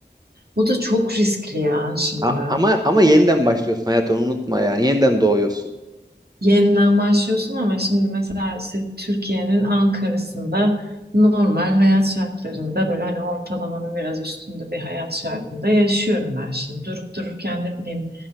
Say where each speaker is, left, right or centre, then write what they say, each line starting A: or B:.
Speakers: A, on the right; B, on the right.
A: o da çok riskli ya şimdi.
B: A- ama ama yeniden başlıyorsun hayatını unutma yani. Yeniden doğuyorsun.
A: yeniden başlıyorsun ama şimdi mesela işte Türkiye'nin Ankara'sında normal hayat şartlarında böyle hani ortalamanın biraz üstünde bir hayat şartında yaşıyorum ben şimdi. Durup dururken ne bileyim